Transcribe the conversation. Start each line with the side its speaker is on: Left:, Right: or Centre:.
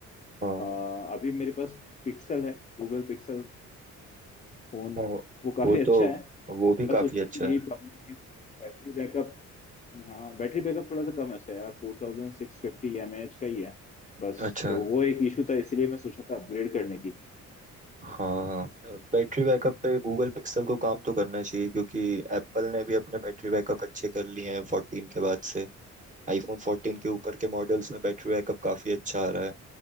Right: हाँ
Left: अ, अभी मेरे पास पिक्सल है गूगल पिक्सल फोन
Right: वो
Left: वो काफी
Right: वो
Left: अच्छा
Right: तो
Left: है
Right: वो भी
Left: बस
Right: काफी
Left: उसमें
Right: अच्छा
Left: भी यही
Right: है
Left: प्रॉब्लम कि बैटरी बैकअप हाँ बैटरी बैकअप थोड़ा सा कम है उसका यार फोर थाउजेंड सिक्स फिफ्टी एम एच का ही है बस
Right: अच्छा
Left: तो वो एक इशू था इसीलिए मैं सोचा था अपग्रेड करने की
Right: हाँ बैटरी बैकअप पे गूगल पिक्सल को काम तो करना चाहिए क्योंकि एप्पल ने भी अपने बैटरी बैकअप अच्छे कर लिए हैं फोर्टीन के बाद से आईफोन फोर्टीन के ऊपर के मॉडल्स में बैटरी बैकअप काफी अच्छा आ रहा है